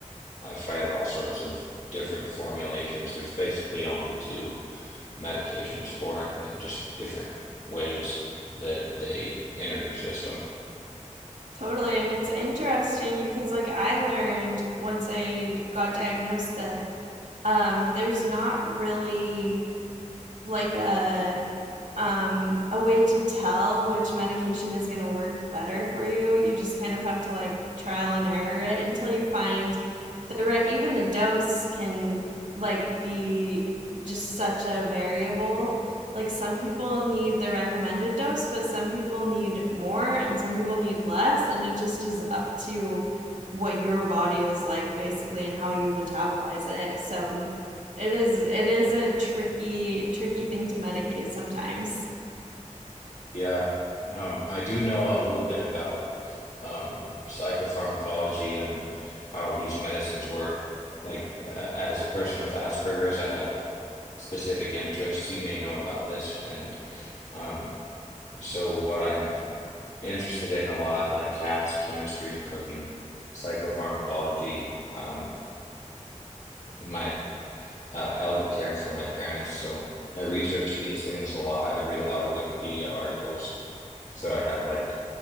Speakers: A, on the left (about 65°); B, on the right (about 80°).
A: I've tried all sorts of different formulations. There's basically only two medications for it, and just different ways that they enter your system.
B: <laughs> totally. And it's interesting because, like, I learned once I got diagnosed that um, there's not really like a um, a way to tell which medication is going to work better for you. You just kind of have to like trial and error it until you find the right, even the dose can like be just such a variable. Like some people need the recommended dose, but some people need more and some people need less. And it just is up to what your body is like basically and how you metabolize it. So it is it is a tricky tricky thing to medicate sometimes.
A: Yeah. Um, I do know a little bit about um, psychopharmacology and how these medicines work. Like, uh, as a person with Asperger's, I have specific interests. You may know about this. And um, so, what I'm interested in a lot, like cats, chemistry, cooking, psychopharmacology. Um, my uh, elder care for my parents, so I research these things a lot. I read a lot of Wikipedia articles, so I have like